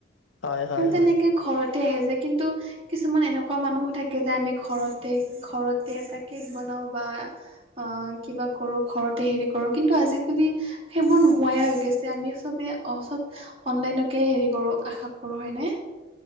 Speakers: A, on the left (about 75°); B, on the right (about 30°).
A: হয় হয়
B: তেনেকে
A: হয়
B: ঘৰতে আহে যে কিন্তু। কিছুমান এনেকুৱা মানুহো থাকে যে আমি ঘৰতে ঘৰতে এটা কেক বনাও বা। অ কিবা কৰো ঘৰতে হেৰি কৰো কিন্তু আজিকালি। সেইবোৰ নোহোৱা হৈ গৈছে আমি চবে। অ চব অনলাইনকে হেৰি কৰোঁ আশা কৰোঁ হয়নে।